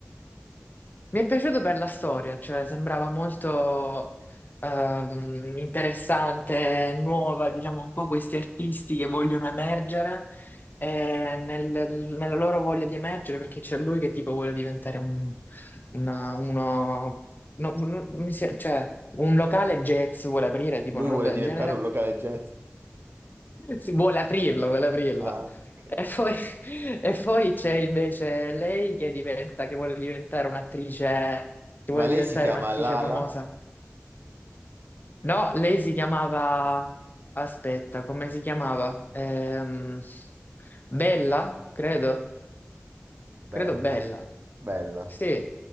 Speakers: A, on the left (about 45°); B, on the right (about 55°).
A: Mi è piaciuto per la storia, cioè sembrava molto ehm, interessante, nuova, diciamo un po' questi artisti che vogliono emergere eh, nel- nella loro voglia di emergere perché c'è lui che tipo vuole diventare un, una- uno, no, un- mi si- cioè, un locale jazz vuole aprire, tipo
B: Lui
A: una
B: vuole
A: roba del
B: diventare
A: genere
B: un locale jazz.
A: si vuole aprirlo, vuole aprirlo.
B: Ah, ok.
A: E poi, e poi c'è invece lei che diventa, che vuole diventare un'attrice, che vuole
B: Ma lei
A: diventare
B: si chiama
A: un'attrice
B: Lala?
A: famosa. No, lei si chiamava, aspetta, come si chiamava? Ehm, Bella, credo. Credo
B: Bella,
A: bella.
B: bella.
A: Sì,